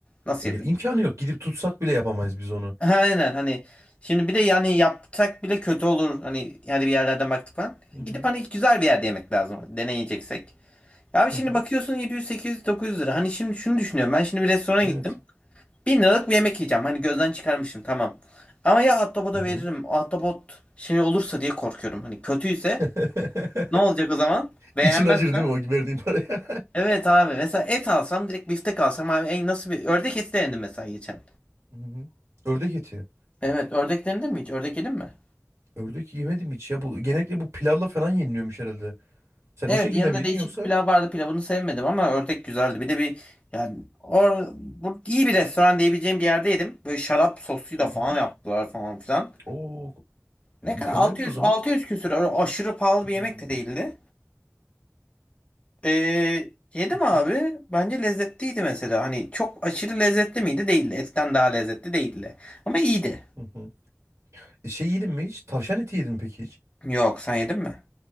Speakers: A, on the left (about 20°); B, on the right (about 65°).
A: Nasıl
B: E,
A: yapayım?
B: ya, imkanı yok. Gidip tutsak bile yapamayız biz
A: <laughs>
B: onu.
A: Aynen hani şimdi bir de yani yapsak bile kötü olur. Hani yani bir yerlerden baktık falan.
B: Hı hı.
A: Gidip hani güzel bir yerde yemek lazım. Deneyeceksek. Abi
B: Hı
A: şimdi
B: hı.
A: bakıyorsun 700, 800, 900 lira. Hani şimdi şunu düşünüyorum. Ben şimdi bir restorana gittim.
B: Evet.
A: 1000 liralık bir yemek yiyeceğim. Hani gözden çıkarmışım tamam. Ama ya Autobot'a
B: Hı hı.
A: veririm. Autobot şey olursa diye korkuyorum. Hani kötüyse
B: <laughs>
A: Ne olacak o zaman? Beğenmezsem?
B: İçin acır değil mi o verdiğin paraya?
A: Evet abi mesela et alsam direkt biftek alsam abi en nasıl bir ördek eti denedim mesela geçen.
B: Hı hı. Ördek eti.
A: Evet ördek denedin mi hiç? Ördek yedin mi?
B: Ördek yemedim hiç ya. Bu genellikle bu pilavla falan yeniliyormuş herhalde. Sen
A: Evet
B: o şekilde
A: yanında
B: mi yedin
A: değişik
B: yoksa?
A: bir pilav vardı pilavını sevmedim ama ördek güzeldi. Bir de bir yani or, bu iyi bir restoran diyebileceğim bir yerde yedim. Böyle şarap sosuyla
B: Hı
A: falan
B: hı.
A: yaptılar falan filan.
B: Oo,
A: Ne
B: mükemmelmiş
A: kadar 600
B: o zaman.
A: 600 küsür öyle aşırı pahalı bir
B: Hmm.
A: yemek de değildi. Ee, yedim
B: Hı
A: abi.
B: hı,
A: Bence lezzetliydi mesela. Hani çok aşırı lezzetli miydi? Değildi. Etten daha lezzetli değildi. Ama iyiydi.
B: hı hı. E, Şey yedin mi hiç? Tavşan eti yedin mi peki hiç?
A: Yok sen yedin mi?